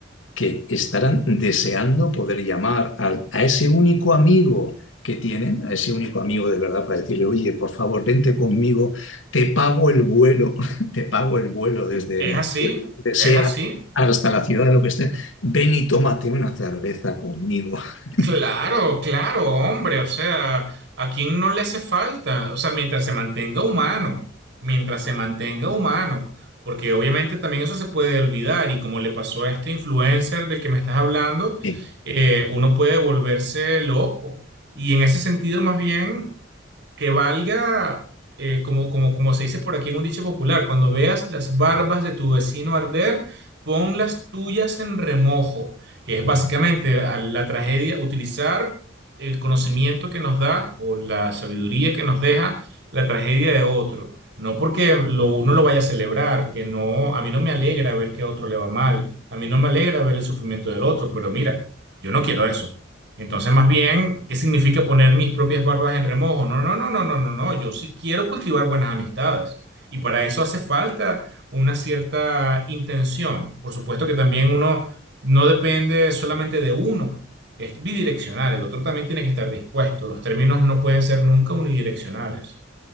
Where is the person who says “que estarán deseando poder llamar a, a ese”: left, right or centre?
Left